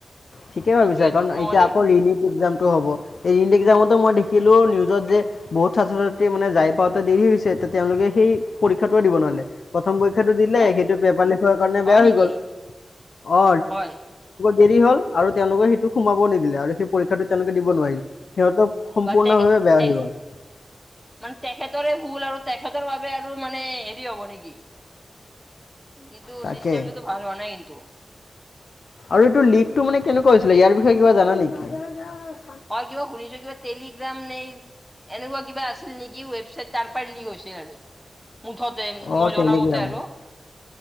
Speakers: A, on the left (about 75°); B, in the centre.
A: ঠিকেই
B: সেইটোয়েতো
A: ভাবিছা কাৰণ
B: নহ'লে
A: এতিয়া কাৰণ ৰিনিক হ'ব এইত মই দেখিলো নিউজত যে বহুত ছাত্ৰ ছাত্ৰী মানে যাই পাওঁতে দেৰি হৈছে এতিয়া তেওঁলোকে সেই পৰীক্ষাত দিব নোৱাৰে, প্ৰ পৰক্ষটো দিলে
B: হে
A: সেইটো পেপাৰ লি কাৰণ
B: হয়
A: বেয়া হৈ
B: নেকি?
A: গল অ,,
B: হয়
A: দেৰি হল আৰু তেওঁলোকে সেইটো সোমাব নিদিলে আৰু সেই পৰীক্ষাটো তেওঁলোকে দিব নোৱাৰিল
B: বা
A: সিহঁতৰ সম্পূৰ্ণভাৱে
B: বা তে
A: বেয়া
B: তে
A: হৈ গ'ল
B: মানে তেখেতৰে ভুল আৰু তেখেতৰ বাবে আৰু মানে, নেকি কিন্তু
A: তাকে
B: চিছটোতো ভাল হোৱা নাই কিন্তু,
A: আৰু এইটো লীডটো মানে কেনেকুৱা হৈছিলে ইয়াৰ বিষয়ে কিবা জানা নেকি?
B: হয় কিবা শুনিছো কিবা টেলিগ্ৰাম নেই এনেকুৱা কিবা আছিল নেকি ৱেবছাইত তাৰ পৰাই লীক হৈছে আৰু। মুঠতে
A: অঁ
B: মই
A: টেলিগ্ৰাম
B: জনা মতে আৰু।